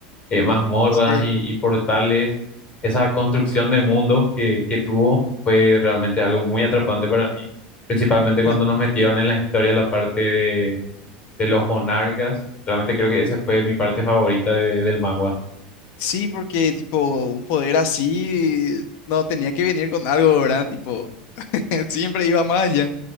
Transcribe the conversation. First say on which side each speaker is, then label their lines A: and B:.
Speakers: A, on the left; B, on the left.
A: eh, mazmorras
B: Sí.
A: y, y portales, esa construcción de mundo que, que tuvo fue realmente algo muy atrapante para mí, principalmente cuando
B: pra-
A: nos metieron en la historia la parte de, de los monarcas, realmente creo que esa fue mi parte favorita de- del manga.
B: Sí, porque tipo, un poder así no tenía que venir con algo, ¿verdad? Tipo, <laughs> siempre iba más allá.